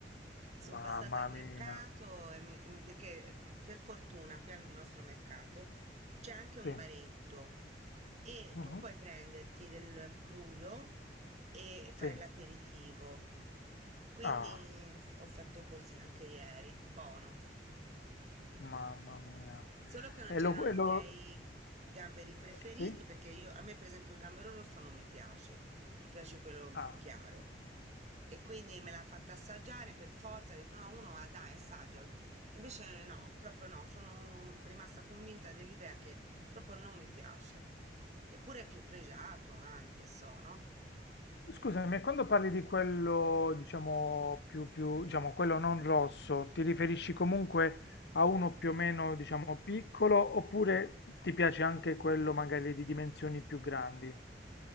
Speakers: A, on the right; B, on the left.
A: sono
B: Mamma
A: passata al mercato
B: mia.
A: e mi- mm, perché per fortuna qui al nostro mercato c'è anche un
B: Sì.
A: baretto e
B: Mhm.
A: tu puoi prenderti del crudo e, e fare
B: Sì.
A: l'aperitivo. Quindi
B: Ah.
A: ho ho fatto così anche ieri, buono.
B: Mamma mia.
A: Solo che non
B: E
A: c'erano
B: lo e lo
A: i miei gamberi preferiti
B: sì?
A: perché io, a me per esempio il gambero rosso non mi piace, mi piace quello
B: Ah.
A: b- chiaro. E quindi me l'ha fatta assaggiare per forza, ho detto no, uno va dai, assaggialo. Invece no, proprio no, sono rimasta convinta dell'idea che proprio non mi piace. Eppure è più pregiato anche, so, no?
B: Scusami, e quando parli di quello, diciamo, più più diciamo, quello non rosso, ti riferisci comunque a uno più o meno, diciamo, piccolo, oppure ti piace anche quello magari di dimensioni più grandi?